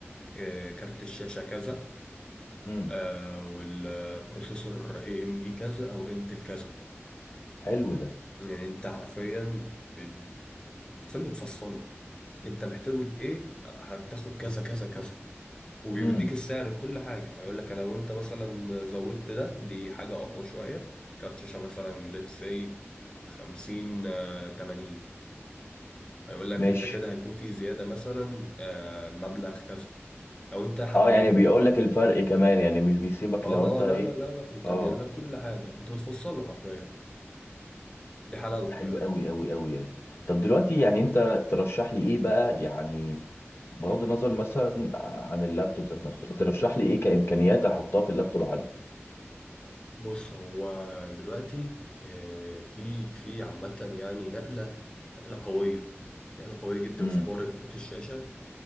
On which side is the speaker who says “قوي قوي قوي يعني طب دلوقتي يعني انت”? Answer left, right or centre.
Left